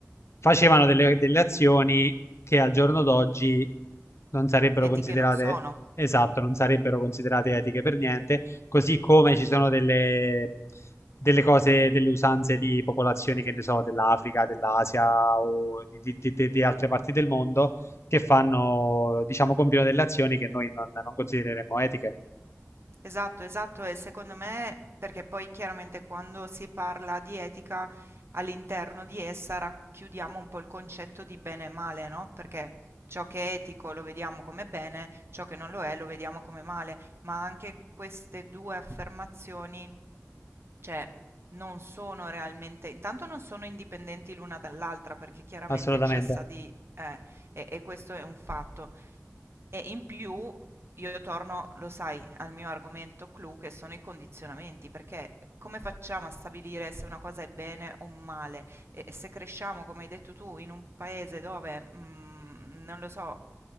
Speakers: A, on the left (about 55°); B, on the right (about 50°).
A: facevano delle, delle azioni che al giorno d'oggi non sarebbero
B: etiche
A: considerate,
B: non sono.
A: esatto, non sarebbero considerate etiche per niente, così come ci sono delle, delle cose, delle usanze di popolazioni, che ne so, dell'Africa, dell'Asia o di, di- di- di- di altre parti del mondo che fanno, diciamo, compiono delle azioni che noi non non considereremmo etiche,
B: Esatto, esatto, e secondo me, perché poi chiaramente quando si parla di etica, all'interno di essa racchiudiamo un po' il concetto di bene e male, no? Perché ciò che è etico lo vediamo come bene, ciò che non lo è lo vediamo come male, ma anche queste due affermazioni Cioè, non sono realmente intanto non sono indipendenti l'una dall'altra perché chiaramente
A: assolutamente.
B: cessa di eh, e e questo è un fatto. E in più io torno, lo sai, al mio argomento clou che sono i condizionamenti, perché come facciamo a stabilire se una cosa è bene o male? E e se cresciamo, come hai detto tu, in un paese dove, mm, non lo so,